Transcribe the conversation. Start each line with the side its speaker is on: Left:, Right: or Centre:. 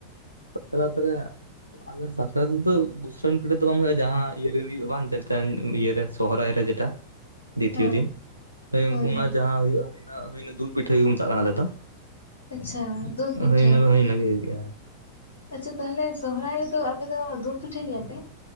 Right: ᱥᱟᱠᱨᱟᱛ ᱨᱮᱭᱟᱜ ᱟᱞᱮ ᱥᱟᱠᱨᱟᱛ ᱨᱮᱫᱚ ᱫᱩᱥᱟᱹᱱ ᱯᱩᱡᱟᱹ ᱫᱚ ᱵᱟᱝ ᱦᱩᱭᱩᱜᱼᱟ, ᱡᱟᱦᱟᱸ ᱤᱭᱟᱹ ᱨᱮ ᱦᱩᱭᱩᱜᱼᱟ ᱵᱟᱝ ᱡᱮᱴᱟ ᱤᱭᱟᱹ ᱨᱮ ᱥᱚᱦᱚᱨᱟᱭ ᱨᱮ ᱡᱮᱴᱟ᱾ <inaudible> ᱫᱤᱛᱤᱭᱚ
Left: ᱦᱮᱸ
Right: ᱫᱤᱱ, ᱦᱮᱸ
Left: ᱦᱳᱭ
Right: ᱚᱱᱟ
Left: ᱦᱳᱭ
Right: ᱡᱟᱸᱦᱟ ᱦᱩᱭᱩᱜ ᱫᱩᱞ ᱯᱤᱴᱷᱟᱹ ᱜᱮ ᱢᱮᱛᱟᱜ ᱠᱟᱱᱟ ᱟᱞᱮ ᱫᱚ᱾
Left: ᱟᱪᱪᱷᱟ ᱫᱩᱞ ᱯᱤᱴᱷᱟᱹ
Right: ᱦᱮᱸ <unintelligible> ᱦᱩᱭᱩᱜ ᱜᱮᱭᱟ᱾
Left: ᱟᱪᱪᱷᱟ ᱛᱟᱦᱚᱞᱮ ᱥᱚᱦᱚᱨᱟᱭ ᱨᱮᱫᱚ ᱟᱯᱮ ᱫᱚ ᱫᱩᱞ ᱯᱤᱴᱷᱟᱹᱭ ᱜᱮᱭᱟ ᱯᱮ?